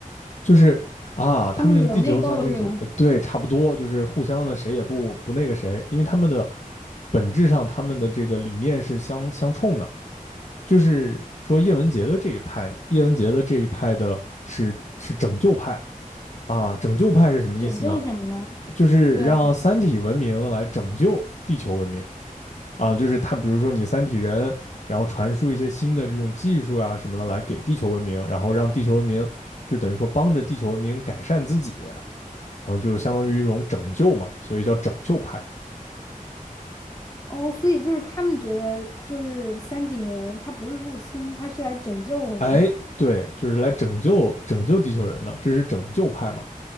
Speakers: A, on the left; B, on the left.
A: 就是啊，
B: 他们有内斗是吧？
A: 他们这个地球三体组织，呃对，差不多，就是互相的谁也不不那个谁，因为他们的本质上他们的这个理念是相相冲的。就是说叶文洁的这一派呢，叶文洁的这一派的是是拯救派啊，拯救派是什么意思呢？
B: 拯救什么呢？
A: 就是让三体文明来拯救地球文明。
B: 对啊，
A: 啊，就是他，比如说你三体人，然后传输一些新的这种技术啊什么的来给地球文明，然后让地球文明就等于说帮着地球文明改善自己，然后就相当于一种拯救嘛，所以叫拯救派。
B: 哦，所以就是他们觉得就是三体人，他不是入侵，他是来拯救我们的
A: 哎，对，就是来拯救拯救地球人的，这是拯救派嘛。